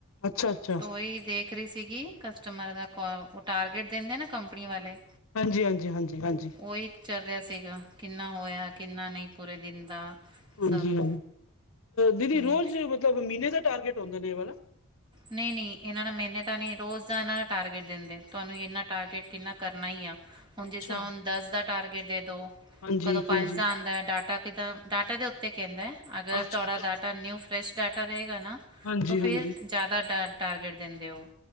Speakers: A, on the left; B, on the right.
A: ਅੱਛਾ ਅੱਛਾ
B: ਤੋ ਹੀ ਦੇਖ ਵਖਰੀ ਸੀਗੀ। ਕਸਟਮਰ ਦਾ ਕੋਲ, ਉਹ ਟਾਰਗੇਟ ਦਿੰਦੇ ਨਾ ਕੰਪਨੀ ਵਾਲੇ।
A: ਜੀ, ਹਾਂਜੀ-ਹਾਂਜੀ-ਹਾਂਜੀ।
B: ਉਹੀ ਚੱਲ ਰਿਹਾ ਸੀਗਾ। ਕਿੰਨਾ ਹੋਇਆ, ਕਿੰਨਾ ਨਹੀਂ। ਪੂਰੇ ਦਿਨ ਦਾ
A: ਹਾਂਜੀ-ਹਾਂ
B: ਸਭ
A: ਦੀਦੀ, ਰੋਜ਼
B: ਜੀ
A: ਮਤਲਬ ਮਹੀਨੇ ਦਾ ਟਾਰਗੇਟ ਹੁੰਦਾ ਨੇ ਇਹ ਵਾਲਾ।
B: ਨਹੀਂ- ਨਹੀਂ, ਇਹਨਾਂ ਦਾ ਮਹੀਨੇ ਤਾਂ ਨਹੀਂ, ਰੋਜ਼ ਦਾ ਇਹਨਾਂ ਦਾ ਟਾਰਗੇਟ ਦਿੰਦੇ। ਤੁਹਾਨੂੰ ਇਹਨਾ ਟਾਰਗੇਟ ਕਿੰਨਾ ਕਰ ਨਹੀ ਆ। ਹੁਣ
A: ਅੱਛਾ।
B: ਜਿਸ ਤਰ੍ਹਾਂ ਹੁਣ ਦਸ ਦਾ ਟਾਰਗੇਟ ਦੇ ਦੋ।
A: ਹਾਂਜੀ,
B: ਕਦੋਂ ਪੰਜ
A: ਹਾਂਜੀ।
B: ਦਾ ਆਉਂਦਾ ਡਾਟਾ ਕਿੱਦਾਂ ਡਾਟਾ ਦੇ ਉੱਤੇ ਕਹਿੰਦਾ ਹੈ। ਅਗਰ
A: ਅੱਛਾ।
B: ਤੁਹਾਡਾ ਡਾਟਾ ਨਿਊ ਫਰੈਸ਼ ਡਾਟਾ ਰਹੇ। ਨਾ
A: ਹਾਂਜੀ,
B: ਤੋਂ ਫਿਰ
A: ਹਾਂਜੀ।
B: ਜ਼ਿਆਦਾ ਟਾਰ ਟਾਰਗੇਟ ਦੇਂਦੇ ਹੋ।